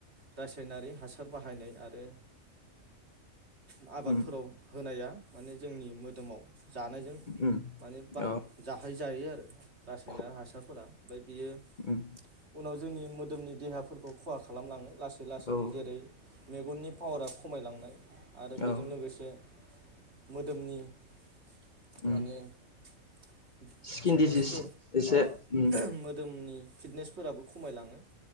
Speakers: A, on the right; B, on the left.
A: रासायनारि हासार बाहायनाय आरो आबादफोराव
B: उम
A: होनाया माने जोंनि मोदोमाव जानोजों
B: उम
A: माने बा
B: औ
A: जाहै जायो आरो रासायना
B: ख
A: हासारफोरा ओमफाय बियो
B: उम
A: उनाव जोंनि मोदोमनि देहाफोरखौ खहा खालामलाङो। लासै लासैनो
B: औ
A: जेरै मेगननि पावारा खमायलांनाय आरो बेजों
B: औ
A: लोगोसे <inaudible>
B: उम
A: माने <inaudible>
B: स्किन
A: फिटनेसफोराबो
B: डिजिस एसे उम
A: खमायलाङो <inaudible>